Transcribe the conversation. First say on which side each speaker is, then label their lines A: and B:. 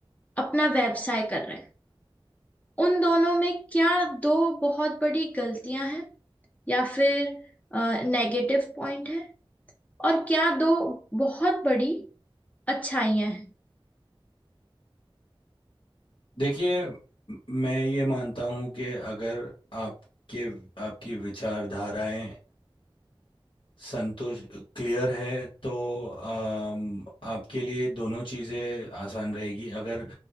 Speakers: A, on the left; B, on the left.
A: अपना व्यवसाय कर रहे हैं उन दोनों में क्या दो बहुत बड़ी गलतियां हैं या फिर नेगेटिव पॉइंट है और क्या दो बहुत बड़ी अच्छाइयां हैं
B: देखिए म- मैं ये मानता हूँ कि अगर आपके आपकी विचारधाराएं संतोष क्लियर है तो अम, आपके लिए दोनों चीज़ें आसान रहेगी अगर